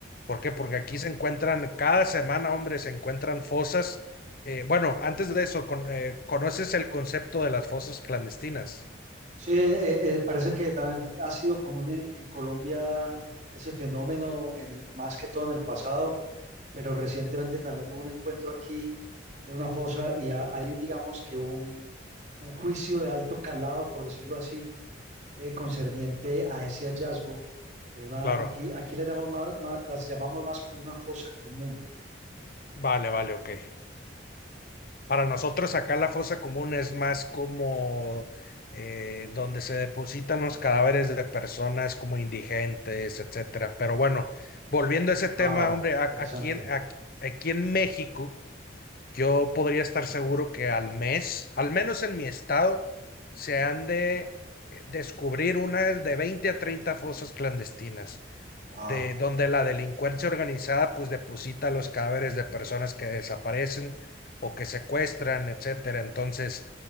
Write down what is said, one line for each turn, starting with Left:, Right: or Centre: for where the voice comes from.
Left: ¿Por qué? Porque aquí se encuentran, cada semana, hombre, se encuentran fosas. eh, bueno, antes de eso, con- eh, ¿conoces el concepto de las fosas clandestinas?
Right: Sí, eh, eh, parece que también ha sido común en, en Colombia ese fenómeno, en el- más que todo en el pasado, pero recientemente también hubo un encuentro aquí de una fosa y ha- hay, digamos que un, un juicio de alto calado, por decirlo así, eh, concerniente a ese hallazgo de una,
Left: Claro.
Right: aquí, aquí la llamamos más- más- las llamamos más como una fosa común.
Left: Vale, vale, ok. Para nosotros acá la fosa común es más como eh, donde se depositan los cadáveres de personas como indigentes, etcétera. Pero bueno, volviendo a ese tema,
Right: Wow,
Left: hombre, a-
Right: interesante.
Left: aquí en, a- aquí en México, yo podría estar seguro que al mes, al menos en mi estado, se han de eh, descubrir unas de 20 a 30 fosas clandestinas
Right: Wow,
Left: de donde la delincuencia organizada pues deposita los cadáveres de personas que desaparecen o que secuestran, etcétera. Entonces,